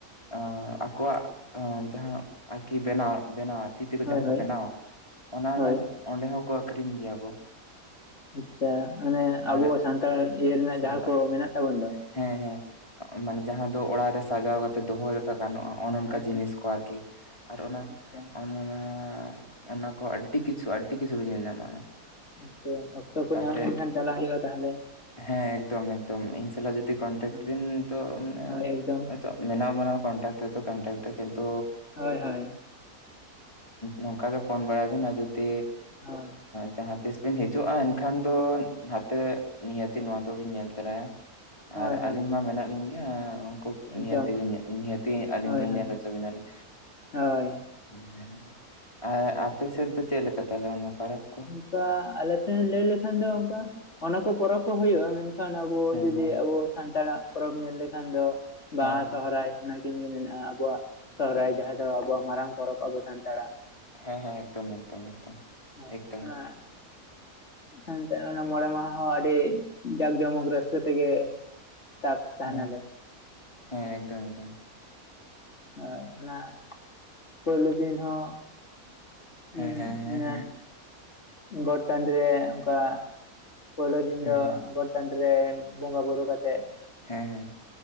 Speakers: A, on the left; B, on the left.
A: ᱮ ᱟᱠᱚᱣᱟᱜ ᱡᱟᱦᱟᱸ ᱟᱨᱠᱤ ᱵᱮᱱᱟᱣ ᱵᱮᱱᱟᱣ ᱛᱤ ᱛᱮᱠᱚ
B: ᱦᱳᱭ
A: ᱡᱟᱦᱟᱸ
B: ᱦᱳᱭ
A: ᱠᱚ ᱵᱮᱱᱟᱣᱟ ᱚᱱᱟ ᱨᱮᱱᱟᱜ
B: ᱦᱳᱭ
A: ᱚᱸᱰᱮ ᱦᱚᱸᱠᱚ ᱟᱠᱷᱨᱤᱧ ᱜᱮᱭᱟ ᱠᱚ᱾
B: ᱟᱪᱪᱷᱟ ᱟᱱᱮ ᱟᱵᱚ
A: ᱟᱨ
B: ᱥᱟᱱᱛᱟᱲ ᱤᱭᱟᱹ ᱨᱮᱱᱟᱜ
A: ᱥᱟᱱᱛᱟᱲ
B: ᱡᱟᱦᱟᱸ ᱠᱚ ᱢᱮᱱᱟᱜ ᱛᱟᱵᱚᱱ ᱫᱚ
A: ᱦᱮᱸ ᱦᱮᱸ ᱢᱟᱱᱮ ᱡᱟᱦᱟᱸ ᱫᱚ ᱚᱲᱟᱜ ᱨᱮ ᱥᱟᱡᱟᱣ ᱠᱟᱛᱮ ᱫᱚᱦᱚ ᱞᱮᱠᱟ ᱜᱟᱱᱚᱜ-ᱟ᱾ ᱚᱱ ᱚᱱᱠᱟ
B: ᱦᱳᱭ
A: ᱡᱤᱱᱤᱥ
B: ᱦᱳᱭ
A: ᱠᱚ ᱟᱨᱠᱤ ᱟᱨ ᱚᱱᱟ
B: ᱟᱪᱪᱷᱟ
A: ᱚᱱ ᱚᱱᱟ ᱚᱱᱟ ᱠᱚ ᱟᱰᱰᱤ ᱠᱤᱪᱷᱩ ᱟᱰᱰᱤ ᱠᱤᱪᱷᱩ ᱵᱮᱱ ᱧᱮᱞ ᱧᱟᱢᱟ᱾
B: ᱟᱪᱪᱷᱟ ᱚᱠᱛᱚ ᱠᱚ
A: ᱛᱟᱯᱚᱨᱮ
B: ᱧᱟᱢ ᱞᱮᱱᱠᱷᱟᱱ ᱪᱟᱞᱟᱜ ᱦᱩᱭᱩᱜᱼᱟ ᱛᱟᱦᱚᱞᱮ᱾
A: ᱦᱮᱸ ᱮᱠᱫᱚᱢ ᱮᱠᱫᱚᱢ ᱤᱧ ᱥᱟᱞᱟᱜ ᱡᱩᱚᱫᱤ ᱠᱚᱱᱴᱮᱠᱴ
B: ᱦᱳᱭ ᱦᱳᱭ᱾
A: ᱵᱤᱱ ᱛᱚ ᱢᱟᱱᱮᱼᱼ
B: ᱦᱳᱭ ᱮᱠᱫᱚᱢ
A: ᱢᱮᱱᱟᱜ ᱵᱚᱱᱟ ᱠᱚᱱᱴᱮᱠ ᱠᱚᱱᱴᱮᱠ ᱠᱤᱱᱛᱩᱼᱼ
B: ᱦᱳᱭ ᱦᱳᱭ
A: ᱱᱚᱝᱠᱟ ᱜᱮ ᱯᱷᱳᱱ ᱵᱟᱲᱟᱭ ᱵᱤᱱᱟ ᱡᱩᱫᱤ
B: ᱦᱳᱭ
A: ᱡᱟᱦᱟᱸ ᱛᱤᱥ ᱵᱤᱱ ᱦᱤᱡᱩᱜᱼᱟ ᱮᱱᱠᱷᱟᱱ ᱫᱚ ᱱᱟᱛᱮ ᱱᱤᱦᱟᱹᱛ ᱱᱚᱣᱟ ᱫᱚ ᱵᱤᱱ ᱧᱮᱞ ᱛᱚᱨᱟᱭᱟ
B: ᱦᱳᱭ
A: ᱟᱨ
B: ᱦᱳᱭ
A: ᱟᱹᱞᱤᱧ ᱢᱟ ᱢᱮᱱᱟᱜ ᱞᱤᱧ ᱜᱮᱭᱟ ᱩᱱᱠᱩ
B: ᱮᱠᱫᱚᱢ
A: ᱱᱤᱦᱟᱹᱛ ᱵᱤᱱᱼᱼ ᱱᱤᱦᱟᱹᱛᱤ ᱟᱹᱞᱤᱧ
B: ᱦᱳᱭ
A: ᱫᱚ ᱧᱮᱞ
B: ᱦᱳᱭ
A: ᱦᱚᱪᱚ ᱵᱤᱱᱟᱞᱤᱧ᱾
B: ᱦᱳᱭ
A: ᱦᱮᱸ ᱟᱨ ᱟᱯᱮ ᱥᱮᱫ ᱫᱚ ᱪᱮᱫ ᱞᱮᱠᱟ ᱛᱟᱞᱮ ᱚᱱᱟ ᱯᱟᱨᱟᱵᱷ?
B: ᱚᱱᱠᱟ ᱟᱞᱮ ᱥᱮᱱ ᱞᱟᱹᱭ ᱞᱮᱠᱷᱟᱱ ᱫᱚ ᱚᱱᱠᱟ ᱚᱱᱟᱠᱚ ᱯᱚᱨᱚᱵᱽ ᱦᱚᱸ ᱦᱩᱭᱩᱜᱼᱟ ᱢᱮᱱᱠᱷᱟᱱᱼᱼ ᱠᱷᱟᱱ ᱟᱵᱚ
A: ᱦᱮᱸ
B: ᱡᱩᱫᱤ
A: ᱦᱮᱸ
B: ᱟᱵᱚ ᱥᱟᱱᱛᱟᱲᱟᱜ ᱯᱚᱨᱚᱵᱽ ᱧᱮᱞ ᱞᱮᱠᱷᱟᱱ ᱫᱚ ᱵᱟᱦᱟ
A: ᱦᱮᱸ
B: ᱥᱚᱦᱚᱨᱟᱭ ᱛᱠᱤᱱ ᱜᱮ ᱢᱮᱱᱟᱜᱼᱟ ᱟᱵᱚᱣᱟᱜ ᱥᱚᱦᱨᱟᱭ ᱡᱟᱦᱟᱸ ᱫᱚ ᱟᱵᱚᱣᱟᱜ ᱢᱟᱨᱟᱝ ᱯᱚᱨᱚᱵᱽ ᱟᱵᱚ ᱥᱟᱱᱛᱟᱲᱟᱜ᱾
A: ᱦᱮᱸ ᱦᱮᱸ ᱮᱠᱫᱚᱢ ᱮᱠᱫᱚᱢ ᱮᱠᱫᱚᱢ
B: ᱦ
A: ᱮᱠᱫᱚᱢ
B: ᱟᱨᱮ <unintelligible> ᱮᱱᱛᱮ ᱚᱱᱟ ᱢᱚᱬᱮ ᱢᱟᱦᱟ ᱦᱚᱸ ᱟᱹᱰᱤ ᱡᱟᱠ ᱡᱚᱢᱚᱠ ᱨᱟᱹᱥᱠᱟᱹ ᱛᱮᱜᱮᱼᱼ ᱛᱟᱯ ᱛᱟᱦᱮᱱᱟᱞᱮ
A: ᱦᱮᱸ ᱦᱮᱸ ᱮᱠᱫᱚᱢ ᱮᱠᱫᱚᱢ᱾
B: ᱦᱳᱭ ᱚᱱᱟ ᱯᱳᱭᱞᱳ ᱫᱤᱱ ᱦᱚᱸ ᱦᱩᱸ
A: ᱦᱮᱸ ᱦᱮᱸ
B: <unintelligible>
A: ᱦᱮᱸ ᱦᱮᱸ
B: ᱜᱚᱴ ᱴᱟᱺᱰᱤ ᱨᱮ ᱚᱱᱠᱟ ᱯᱳᱭᱞᱳ ᱫᱤᱱ ᱫᱚ
A: ᱦᱮᱸ ᱦᱮᱸ
B: ᱜᱚᱴ ᱴᱟᱺᱰᱤ ᱨᱮ ᱵᱚᱸᱜᱟ ᱵᱩᱨᱩ ᱠᱟᱛᱮᱫᱼᱼ
A: ᱦᱮᱸ ᱦᱮᱸ